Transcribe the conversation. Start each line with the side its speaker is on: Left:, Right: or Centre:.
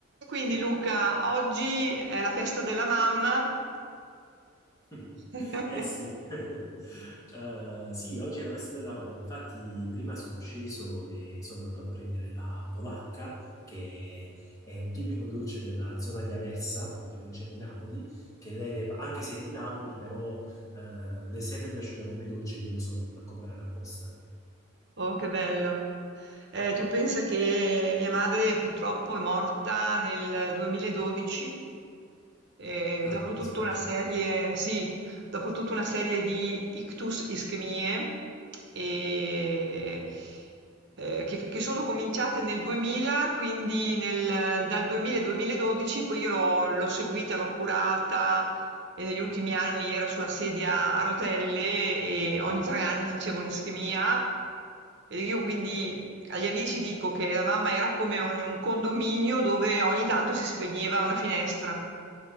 Right: Quindi Luca, oggi è la festa della mamma.
Left: <laughs>
Right: <laughs>
Left: Eh sì, <laughs> Eh, sì, oggi è la festa della mamma. Infatti, prima sono sceso e sono andato a prendere la polacca, che è un tipico dolce della zona di Aversa, in provincia di Napoli, che lei, ne- fa- anche se è di Napoli, però eh, le è sempre piaciuta come dolce, glielo sono andato a comprare apposta.
Right: Oh, che bello. Eh, tu pensa che mia madre purtroppo è morta nel 2012 E
Left: Ah,
Right: dopo
Left: mi dispiace.
Right: tutta una serie, sì, dopo tutta una serie di ictus ischemie e- eh, che, che sono cominciate nel 2000, quindi nel- dal 2000 al 2012, poi io l'ho l'ho seguita, l'ho curata e negli ultimi anni era sulla sedia a rotelle e ogni tre anni facevo un'ischemia. E io quindi agli amici dico che la mamma era come un, un condominio dove ogni tanto si spegneva una finestra.